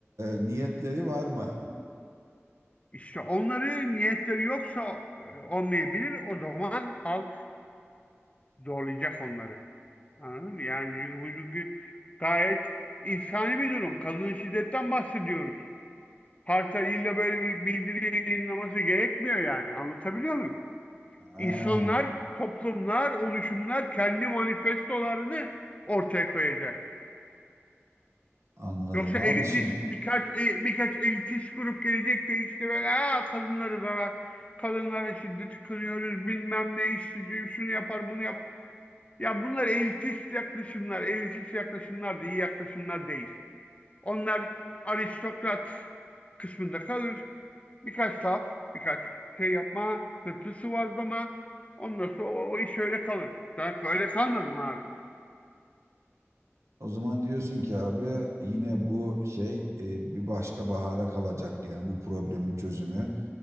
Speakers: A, on the right; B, on the left.
A: niyetleri var mı?
B: İşte onları niyetleri yoksa e, olmayabilir. O zaman halk zorlayacak onları. Anladın mı? Yani çünkü bu çünkü gayet insani bir durum. Kadın şiddetten bahsediyoruz. Partiler illa böyle bir bildiri yayınlaması gerekmiyor yani. Anlatabiliyor muyum?
A: Ha,
B: İnsanlar, toplumlar, oluşumlar kendi manifestolarını ortaya koyacak.
A: anladım
B: Yoksa
A: abi
B: elitist
A: şimdi.
B: birkaç e- birkaç elitist grup gelecek de işte böyle "Aa, kadınları zarar, kadınlara şiddet kınıyoruz, bilmem ne işsizim, şunu yapar, bunu yapar. Ya bunlar elitist yaklaşımlar, elitist yaklaşımlar da iyi yaklaşımlar değil. Onlar aristokrat kısmında kalır. Birkaç laf, birkaç şey yapma, sırtı sıvazlama. Ondan sonra o, o iş öyle kalır. Ben öyle kalmadım abi.
A: O zaman diyorsun ki abi yine bu şey e, bir başka bahara kalacak yani bu problemin çözümü.